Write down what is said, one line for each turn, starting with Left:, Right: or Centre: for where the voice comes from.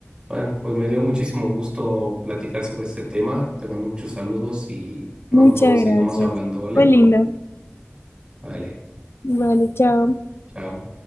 Right: Bueno, pues me dio muchísimo gusto platicar sobre este tema. Te mando muchos saludos y pronto
Left: Muchas
Right: seguimos
Left: gracias.
Right: hablando, ¿vale?
Left: Fue lindo.
Right: Vale,
Left: Vale, chao.
Right: chao.